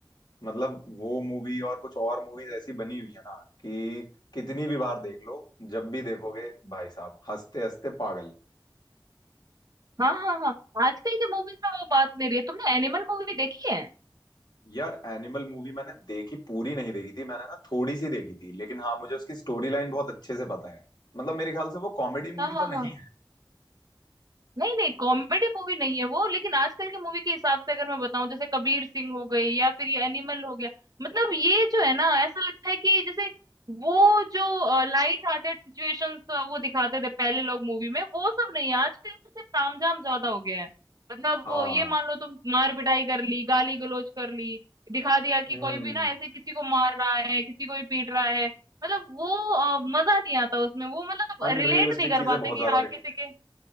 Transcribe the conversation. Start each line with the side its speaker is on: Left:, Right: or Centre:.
Left: मतलब वो मूवी और कुछ और मूवीज ऐसी बनी हुई है ना कि कितनी भी बार देख लो जब भी देखोगे भाई साहब हंसते हंसते पागल
Right: हाँ हाँ हाँ आजकल के मूवीज में वो बात नहीं रही है तुमने एनिमल मूवी देखी है
Left: यार एनिमल मूवी मैंने देखी पूरी नहीं देखी थी मैंने ना थोड़ी सी देखी थी लेकिन हाँ मुझे उसकी स्टोरी लाइन बहुत अच्छे से पता है मतलब मेरे ख्याल से वो कॉमेडी मूवी
Right: हाँ हाँ
Left: तो
Right: हाँ
Left: नहीं है
Right: नहीं नहीं कॉमेडी मूवी नहीं है वो लेकिन आजकल की मूवी के हिसाब से अगर मैं बताऊं जैसे कबीर सिंह हो गई या फिर ये एनिमल हो गया मतलब ये जो है ना ऐसा लगता है कि जैसे वो जो लाइट हार्टेड सिचुएशंस वो दिखाते थे पहले लोग मूवी में वो सब नहीं है आजकल तो सिर्फ तामझाम ज्यादा हो गया है मतलब
Left: हाँ
Right: वो ये मान लो तुम मार पिटाई कर ली गाली गलौज कर ली दिखा दिया
Left: हम्म
Right: कि कोई भी ना ऐसे किसी को मार रहा है किसी को भी पीट रहा है मतलब वो अ, मजा नहीं आता उसमें वो मतलब
Left: अनरियलिस्टिक
Right: रिलेट नहीं कर
Left: चीजें
Right: पाते
Left: बहुत
Right: कि
Left: ज्यादा
Right: हाँ किसी
Left: दिख
Right: के